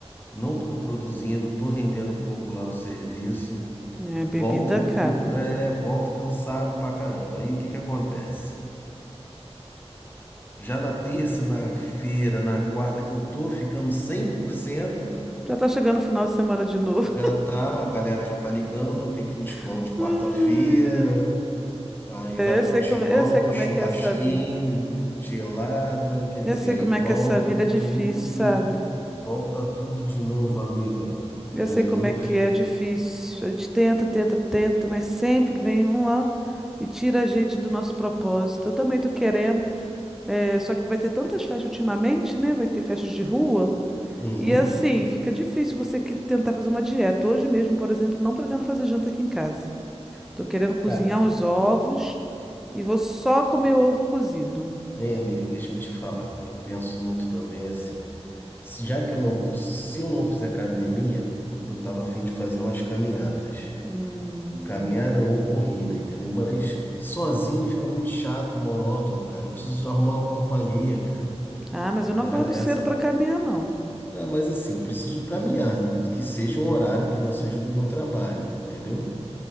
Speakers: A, on the left; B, in the centre.
A: não tô produzindo, tô rendendo pouco lá no serviço.
B: é, bebida
A: Volto,
B: acaba.
A: pô, é, volto cansado pra caramba. Aí o que que acontece? Já na terça, na feira, na quarta que eu tô ficando 100%,
B: Já tá chegando o final de semana de novo.
A: já tá, a galera já tá ligando, tem futebol
B: <laughs>
A: de quarta-feira,
B: Ai, ai.
A: aí
B: É,
A: vai pro
B: eu sei
A: futebol,
B: como, eu sei como
A: churrasquinho,
B: é que é essa vida.
A: gelada, quer
B: Eu
A: dizer,
B: sei
A: aí
B: como
A: volta
B: é que é essa vida é difícil,
A: tudo,
B: sabe?
A: volta tudo de novo, amiga.
B: Eu
A: Aí
B: sei como
A: eu,
B: é que
A: f-
B: é é difícil. A gente tenta, tenta, tenta, mas sempre vem um lá e tira a gente do nosso propósito. Eu também tô querendo, eh, só que vai ter tantas festas ultimamente, né? Vai ter festas de rua.
A: uhum.
B: E assim, fica difícil você que- tentar fazer uma dieta. Hoje mesmo, por exemplo, não pretendo fazer janta aqui em casa. Tô querendo cozinhar
A: Cara,
B: uns ovos e vou só comer ovo cozido.
A: hein, amiga, deixa eu te falar. Eu penso muito também assim, se- já que eu não, se eu não fizer academia, eu tava afim de fazer umas caminhadas.
B: Hum.
A: Caminhada ou corrida, entendeu? Mas sozinho fica muito chato, monótono, cara. Eu preciso arrumar uma companhia, cara.
B: Ah, mas eu não
A: É-
B: acordo cedo
A: Essa.
B: para caminhar, não.
A: Ah, mas assim, eu preciso caminhar, que seja um horário que não seja do meu trabalho, entendeu?